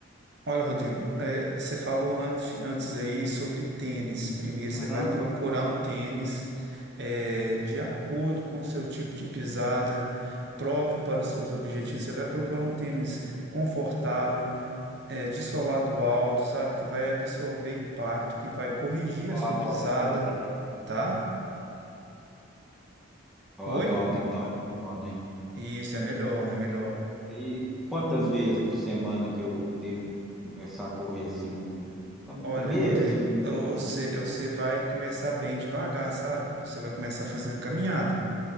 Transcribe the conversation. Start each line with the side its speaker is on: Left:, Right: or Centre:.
Right: Olha, Rodrigo, é, você falou antes, antes aí sobre tênis. Primeiro, você
Centre: Aham.
Right: vai procurar um tênis é, de acordo com o seu tipo de pisada, próprio para os seus objetivos. Você vai procurar um tênis confortável, é, de solado alto, sabe? Que vai absorver impacto, que vai corrigir
Centre: O
Right: a sua
Centre: lado
Right: pisada,
Centre: alto é melhor, né?
Right: tá?
Centre: O
Right: Oi?
Centre: lado alto então é melhor, né?
Right: Isso, é melhor, é melhor.
Centre: Aí quantas vezes por semana que eu devo começar a correr assim no na
Right: Olha,
Centre: primeira,
Right: Rodrigo,
Centre: segunda
Right: você,
Centre: semana?
Right: você vai começar bem devagar, sabe? Você vai começar fazendo caminhada.